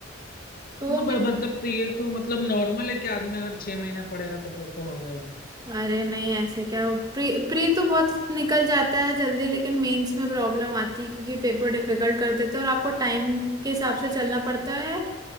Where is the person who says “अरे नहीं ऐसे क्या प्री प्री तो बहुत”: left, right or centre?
Right